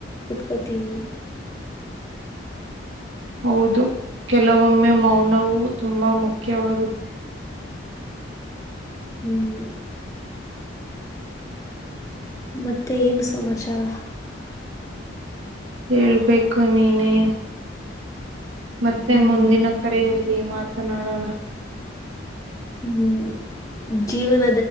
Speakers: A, on the left (about 15°); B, on the right (about 75°).
A: ಕುೂತ್ಕೋತೀನ್
B: ಹೌದು ಕೆಲವೊಮ್ಮೆ ಮೌನವೂ ತುಂಬಾ ಮುಖ್ಯವಾಗುತ್ತೆ
A: ಹ್ಮ್ ಮತ್ತೆ ಏನು ಸಮಾಚಾರ
B: ಹೇಳ್ಬೇಕು ನೀನೇ ಮತ್ತೆ
A: ಹ್ಮ್
B: ಮುಂದಿನ ಕರೆಯಲ್ಲಿ ಮಾತನಾಡೋಣ
A: ಹ್ಮ್ ಜೀವನ